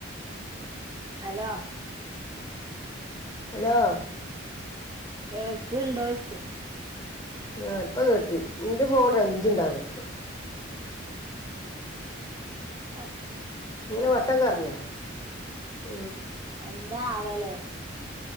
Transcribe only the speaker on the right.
ഹലോ
കേൾക്ണ്ടോ യിച്ച.
ഉ അ.
എന്താ ആവലേ?